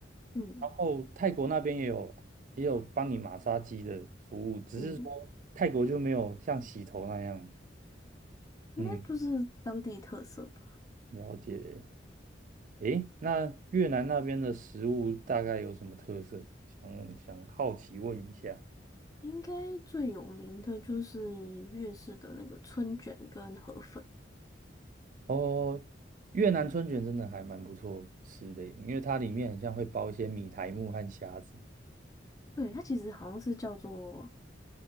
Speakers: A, on the left (about 20°); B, on the right (about 45°).
A: 嗯
B: 然后泰国那边也有也有帮你马杀鸡的服务，只是说泰国就没有像洗头那样，
A: 嗯，应该就是当地特色吧。
B: 嗯，了解。诶，那越南那边的食物大概有什么特色？想想好奇问一下。
A: 应该最有名的就是粤式的那个春卷跟河粉，
B: 哦，越南春卷真的还蛮不错吃的耶因为它里面很像会包一些米苔木和虾子。
A: 对，它其实好像是叫做